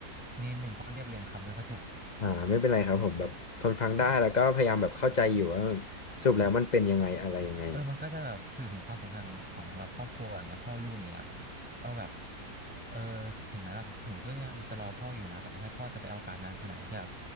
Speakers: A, in the centre; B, on the left.
A: นิดหนึ่งเพราะเรียบเรียงคำไม่ค่อยถูก
B: อ่าไม่เป็นไรครับผมแบบทนฟังได้แล้วก็พยายามแบบเข้าใจอยู่ว่าสรุปแล้วมันเป็นยังไงอะไรยังไง
A: เออมันก็จะแบบสื่อถึงความสำคัญของของแบบครอบครัวอย่างเงี้ยพ่อลูกอย่างเงี้ยว่าแบบเออถึงแม้แบบหนูก็ยังจะรอพ่ออยู่นะต่อให้พ่อจะไปเอาการดนานขนาดไหนคือแบบ